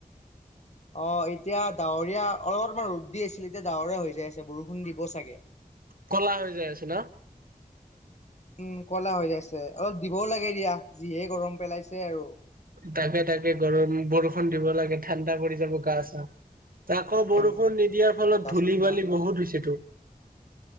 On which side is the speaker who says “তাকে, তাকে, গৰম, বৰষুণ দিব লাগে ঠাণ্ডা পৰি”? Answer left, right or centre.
Right